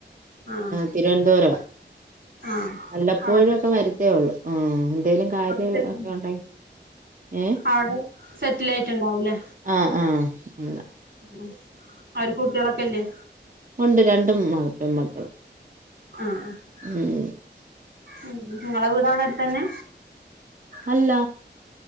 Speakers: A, on the right; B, on the right.
A: ആഹ്
B: തിരുവന്തൊരവ്വ
A: ആഹ്
B: വല്ലപ്പോഴും
A: അവിടെ
B: ഒക്കെ വരുത്തേ ഉള്ളൂ ആ എന്തേക്കെയുണ്ട് കാര്യം
A: അവിടെ സെറ്റിൽ
B: ഒക്കെ ഉണ്ടെങ്കിൽ ഏ
A: അവിടെ സെറ്റിലായിട്ടുണ്ടാവുലേ
B: ആ ആ ഉള്ള.
A: അ അവർക്ക് കുട്ടികളൊക്കെയില്ലെ?
B: ഉണ്ട് രണ്ടും മ പെൺമക്കള്
A: ആഹ്
B: ഉം
A: ഉം നിങ്ങളെ വീട് അവിടെ അടുത്ത് തന്നെ
B: അല്ല